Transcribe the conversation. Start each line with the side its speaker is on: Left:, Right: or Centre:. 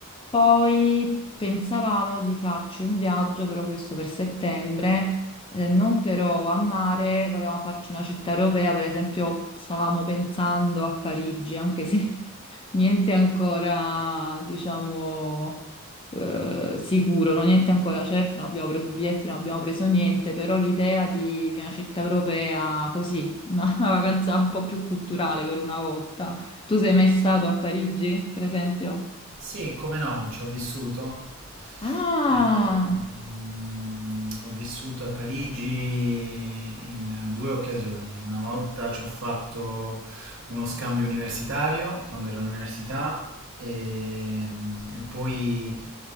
Left: Poi pensavamo di farci un viaggio, però questo per settembre eh, non però a mare, volevamo farci una città europea, per esempio stavamo pensando a Parigi, anche se <laughs> niente ancora, diciamo, eh, sicuro, no? Niente ancora certo, non abbiamo preso biglietti, non abbiamo preso niente, però l'idea di, di una città europea così, una, <laughs> una vacanza un po' più culturale per una volta. Tu sei mai stato a Parigi, per esempio?
Right: Sì, come no, ci ho vissuto.
Left: Ah!
Right: Ehm, ho vissuto a Parigi in due occasioni. Una volta ci ho fatto uno scambio universitario quando ero all'università e, e poi